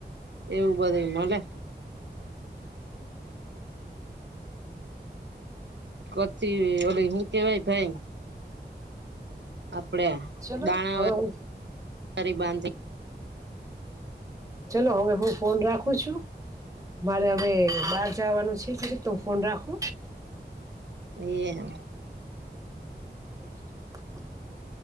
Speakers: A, on the right; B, on the right.
A: એવું બધું મળે <unintelligible> ઓ હું કેવાય ભાઈ આપડે
B: ચલો
A: દાણા
B: હવે હું
A: <inaudible> બાંધી
B: ચલો હવે હું ફોન રાખું છું મારે હવે બહાર જવાનું છે તો ફોન રાખો
A: એ હા
B: <inaudible>